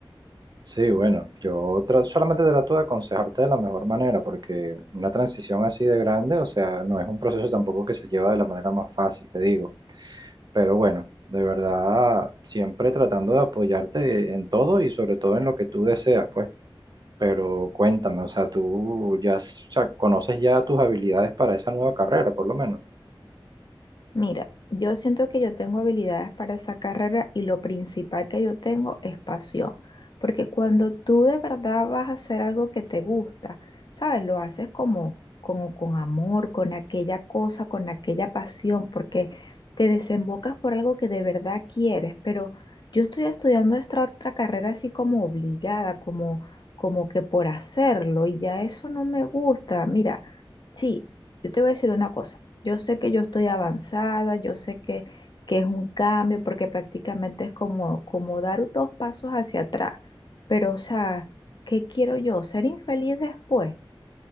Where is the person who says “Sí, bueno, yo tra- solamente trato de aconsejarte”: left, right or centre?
Right